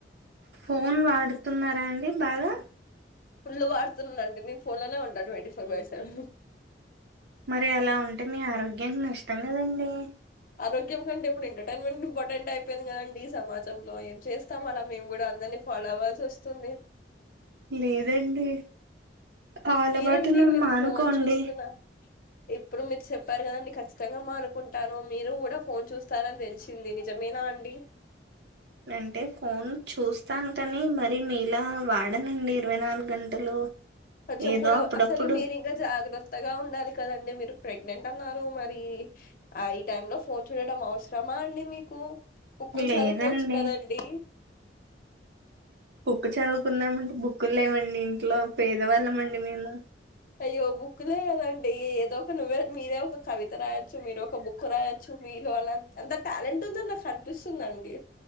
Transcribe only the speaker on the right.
ఫోన్ వాడుతున్నారా అండి. బాగా
మరి అలా ఉంటే మీ ఆరోగ్యానికి నష్టం కదండి.
లేదండి. అలవాటుని
మానుకోండి.
అంటే ఫోన్ చూస్తాను కానీ మరి మీలా వాడనండి. ఇరవై నాలుగు గంటలు
ఏదో
అప్పుడప్పుడు
లేదండి
బుక్ చదువుకుందామ అంటే బుక్కుల్ లేవండి. ఇంట్లో పేదవాళ్ళంమండి మేము